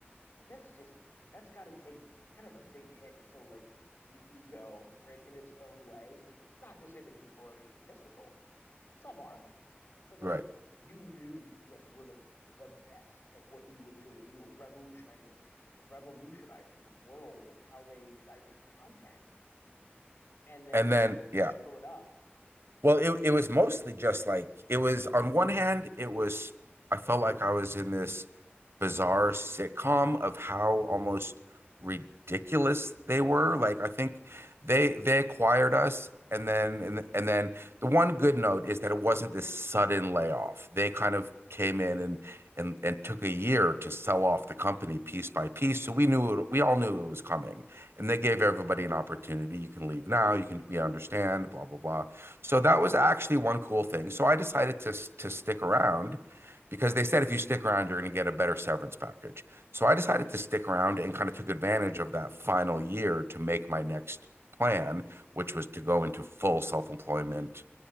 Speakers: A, on the left; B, on the right.
A: but that's just that's got to take kind of a big hit to like the ego, right, in its own way. Like, not to say that people are egotistical, some are, but like
B: right.
A: you knew that you guys were like the best at what you were doing. You were revolutionizing revolutionizing the world and how they digest content, and then
B: And then
A: they
B: yeah,
A: screw it up.
B: well, it it was mostly just like it was on one hand, it was I felt like I was in this bizarre sitcom of how almost ridiculous they were. Like I think they they acquired us and then and, and then the one good note is that it wasn't this sudden layoff. They kind of came in and and and took a year to sell off the company piece by piece. So we knew it, we all knew it was coming. And they gave everybody an opportunity. You can leave now, you can we understand, blah blah blah. So that was actually one cool thing. So I decided to to stick around because they said if you stick around, you're going to get a better severance package. So I decided to stick around and kind of took advantage of that final year to make my next plan, which was to go into full self employment